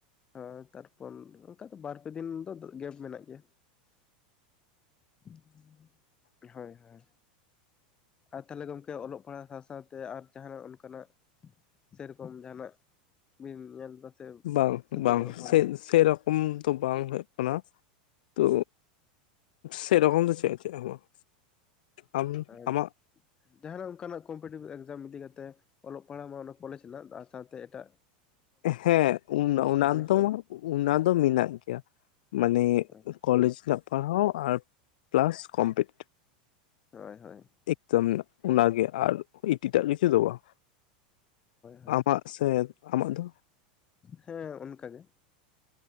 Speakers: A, on the left; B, on the left.
A: ᱦᱚᱸ ᱛᱟᱨᱯᱚᱱ ᱚᱱᱠᱟ ᱫᱚ ᱵᱟᱨ ᱯᱮ ᱫᱤᱱ ᱫᱚ ᱜᱮᱯ ᱢᱮᱱᱟᱜ ᱜᱮᱭᱟ᱾ <inaudible> ᱦᱳᱭ-ᱦᱳᱭ᱾ ᱟᱨ ᱛᱟᱦᱚᱞᱮ ᱜᱚᱢᱠᱮ ᱚᱞᱚᱜ ᱯᱟᱲᱦᱟᱜ ᱥᱟᱶ ᱥᱟᱶᱛᱮ ᱟᱨ ᱡᱟᱦᱟᱱᱟᱜ ᱚᱱᱠᱟᱱᱟᱜ? ᱥᱮᱨᱚᱠᱚᱢ ᱡᱟᱦᱟᱸᱱᱟᱜ ᱵᱤᱱ ᱧᱮᱞ ᱮᱫᱟ? ᱥᱮ
B: ᱵᱟᱝ
A: ᱥᱩᱫᱷᱩ
B: ᱵᱟᱝ
A: ᱚᱞᱚᱜ ᱯᱟᱲᱦᱟᱜ
B: ᱥᱮ
A: ᱜᱮ
B: ᱥᱮᱨᱚᱠᱚᱢ ᱫᱚ ᱵᱟᱝ ᱦᱩᱭᱩᱜ ᱠᱟᱱᱟ᱾ ᱛᱚᱼᱼ ᱥᱮᱨᱚᱠᱚᱢ ᱫᱚ ᱪᱮᱫ ᱪᱮᱫ ᱦᱚ ᱵᱟᱝ᱾ ᱟᱢ
A: ᱟᱨ
B: ᱟᱢᱟᱜ
A: ᱡᱟᱦᱟᱱᱟᱜ ᱚᱱᱠᱟᱱᱟᱜ ᱠᱚᱢᱯᱤᱴᱤᱴᱤᱵᱷ ᱮᱠᱡᱟᱢ ᱤᱫᱤ ᱠᱟᱛᱮᱼᱼ ᱚᱞᱚᱜ ᱯᱟᱲᱦᱟᱜ ᱢᱟ ᱚᱱᱟ ᱠᱚᱞᱮᱡᱽ ᱨᱮᱱᱟᱜ ᱥᱟᱶᱛᱮ ᱮᱴᱟᱜᱼᱼ
B: ᱦᱮᱸ ᱚᱱᱟ
A: ᱦᱟᱛᱟᱣ
B: ᱫᱚ
A: ᱮᱫᱟ?
B: ᱚᱱᱟ ᱫᱚ ᱢᱮᱱᱟᱜ ᱜᱮᱭᱟ᱾ ᱢᱟᱱᱮᱼᱼ
A: ᱦᱳᱭ
B: ᱠᱚᱞᱮᱡᱽ ᱨᱮᱱᱟᱜ ᱯᱟᱲᱦᱟᱣ ᱟᱨ ᱯᱞᱟᱥ ᱠᱚᱢᱯᱤᱴᱤᱴᱤᱵᱼᱼ
A: ᱦᱳᱭ-ᱦᱳᱭ᱾
B: ᱮᱠᱫᱚᱢ ᱚᱱᱟᱜᱮ ᱟᱨ ᱤᱴᱤᱴᱟᱜ ᱠᱤᱪᱩ ᱫᱚ ᱵᱟᱝ᱾
A: ᱦᱳᱭ
B: ᱟᱢᱟᱜᱼᱼ ᱥᱮ ᱟᱢᱟᱜ ᱫᱚ?
A: ᱦᱮᱸ ᱚᱱᱠᱟ ᱜᱮ᱾